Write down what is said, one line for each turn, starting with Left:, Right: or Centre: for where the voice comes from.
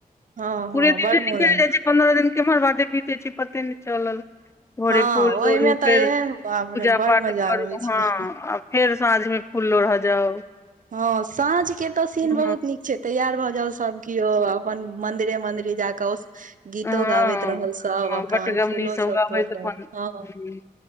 Right: हँ
Left: पूरे
Right: हँ
Left: दिने
Right: बड़ मोन
Left: निकलि
Right: लागै
Left: जाय छै पन्द्रह दिन केम्हर बाटे बीतै छै पते नहि चलल भोरे
Right: हँ
Left: फूल
Right: ओहिमे
Left: तोड़ू
Right: तऽ
Left: फेर
Right: ए
Left: पूजा
Right: बाप रे बड़
Left: पाठ
Right: मजा
Left: करु
Right: आबै
Left: ह
Right: छै
Left: आब फेर साँझ मे फूल लोढ़ जाउ
Right: हँ साँझ के तऽ सीन
Left: हँ
Right: बहुत नीक छै तैयार भऽ जाउ सब केओ आब अपन मन्दिरे मन्दिरे जा कऽ ओ गीतो
Left: हँ
Right: गाबैत रहल सब
Left: हँ
Right: अपन
Left: बटगबनी
Right: फूलो सब
Left: गबैत
Right: तोड़लक
Left: अपन
Right: हँ
Left: हूँ,